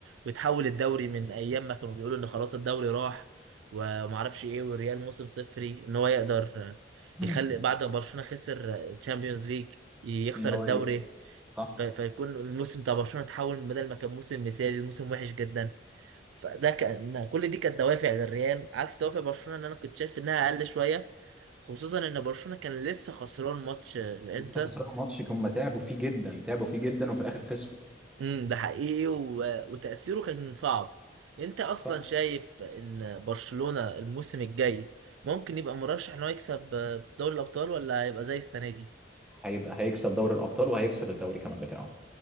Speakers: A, on the right; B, in the centre.
A: ويتحول الدوري من ايام ما كانوا بيقولوا ان خلاص الدوري راح ومعرفش ايه والريال موسم صفري ان هو يقدر
B: <laughs>
A: يخلي بعد ما برشلونه خسر الشامبيونز ليج يخسر
B: ان هو
A: الدوري
B: يكسب صح
A: في- فيكون الموسم بتاع برشلونة اتحول بدل ما كان موسم مثالي لموسم وحش جدا فده كان كل دي كانت دوافع للريال عكس دوافع برشلونة ان انا كنت شايف انها اقل شوية خصوصا ان برشلونة كان لسه خسران ماتش الانتر
B: لسه خسران ماتش هم تعبوا فيه جدا تعبوا فيه جدا وفي الاخر خسروا
A: امم ده حقيقي و... وتأثيره كان صعب انت اصلا
B: صح
A: شايف ان برشلونة الموسم الجاي ممكن يبقى مرشح ان هو يكسب دوري الابطال ولا هيبقى زي السنة دي
B: هيبقى هيكسب دوري الابطال وهيكسب الدوري كمان بتاعه